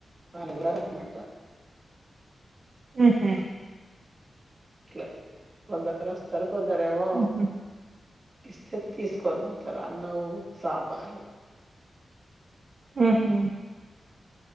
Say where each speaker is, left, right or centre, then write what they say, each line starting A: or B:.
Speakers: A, on the right; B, on the right.
A: <unintelligible> మడ్ద
B: హు హు
A: ఇట్లా కొందరు వస్తారు కొందరు ఏమో
B: హుహు.
A: ఇస్తే తీసుకొని పోతారు అన్నం సాంబారు
B: హ్మ్